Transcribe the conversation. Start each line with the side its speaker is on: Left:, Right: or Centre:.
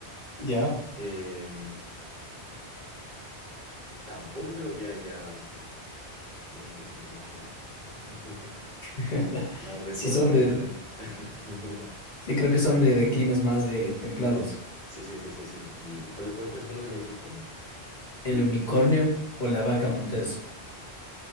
Left: Ya.
Right: Eh, tampoco creo que haya eh, venados. <laughs>
Left: <laughs>
Right: No recuerdo
Left: Sí son
Right: ahorita.
Left: de,
Right: <laughs>
Left: sí creo que son de, de climas más eh, templados.
Right: Sí, sí, sí, sí, sí. ¿Y cuál, cuál fue el segundo que me dijiste?
Left: El unicornio o la vaca montés.